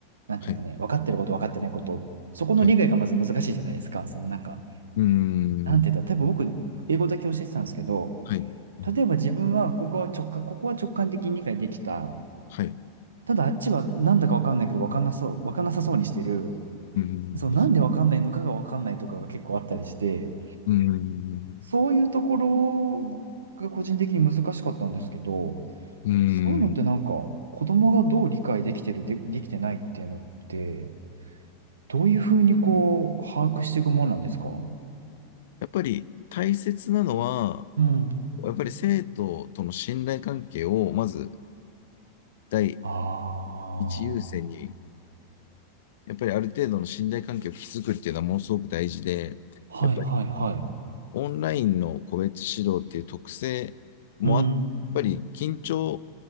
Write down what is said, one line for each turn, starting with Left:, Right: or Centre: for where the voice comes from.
Right: なんていうんですかね分かってること分かってないことそこの理解がまず難しいじゃないですかそのなんか
Left: はい。はい。うーん。
Right: なんていうんだ例えば僕英語だけ教えてたんですけど
Left: はい。うん
Right: 例えば自分はここは直感ここは直感的に理解できた
Left: はい。う
Right: ただあっちはなんだかわかんないけどわかんなそう、わかんなさそうにしてる。
Left: ーん。
Right: そう、なんでわかんないのかがわかんないとかが結構あったりして、
Left: うーん。
Right: そういうところが個人的に難しかったんですけど、
Left: うーん。
Right: そういうのってなんか子供がどう理解できてる、で、できてないっていうのって、どういうふうにこう把握していくもんなんですか
Left: やっぱり大切なのは、
Right: うん。
Left: やっぱり生徒との信頼関係を、まず第
Right: ああ。
Left: 一優先に、やっぱりある程度の信頼関係を築くっていうのはものすごく大事で、
Right: はいはいはい。
Left: やっぱりオンラインの個別指導っていう特性もあ、
Right: うん。
Left: やっぱり緊張